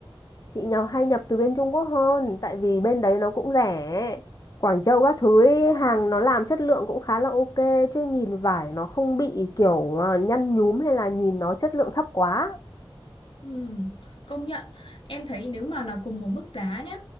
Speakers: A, on the left (about 40°); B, on the left (about 70°).
A: Chị nhỏ hay nhập từ bên Trung Quốc hơn tại vì bên đấy nó cũng rẻ. Quảng Châu các thứ ấy, hàng nó làm chất lượng cũng khá là ok chứ nhìn vải nó không bị kiểu ờ, nhăn nhúm hay là nhìn nó chất lượng thấp quá.
B: Ừm, công nhận em thấy nếu mà là cùng một mức giá nhá